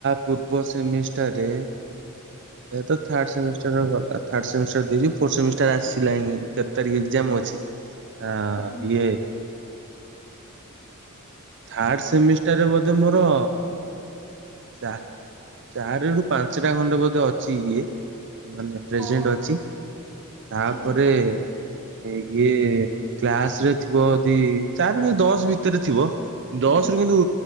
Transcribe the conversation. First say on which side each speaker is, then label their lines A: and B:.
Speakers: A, on the right; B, in the centre.
A: ପୂର୍ବ ସେମିଷ୍ଟାରରେ ସେ ତ ଥର୍ଡସେମି <unintelligible> ଥାର୍ଡ ସେମିଷ୍ଟର ଦେଇଚି ଫୋର୍ ସେମିଷ୍ଟର ଆସିଲାଣି ତେର ତାରିଖ ଏଜ୍ଜ୍ଜମ୍ ଅଛି। ଆ
B: ହୁଁ
A: ଇଏ ଥାର୍ଡ ସେମିଷ୍ଟରରେ ବୋଧେ ମୋର ଚା ଚାରି ରୁ ପାଞ୍ଚଟା ଖଣ୍ଡେ ବୋଧେ ଅଛି ଇଏ ମାନେ ପ୍ରେସିଡେଣ୍ଟ
B: କଣ
A: ଅଛି। ତାପରେ
B: ଛି ଛି ଛି
A: ଇଏ କିଏ କ୍ଲାସ ରେ ଥିବ ଯଦି ଚାରି ଦଶ ଭିତରେ ଥିବ। ଦଶରୁୁ
B: ହୁଁ
A: କିନ୍ତୁ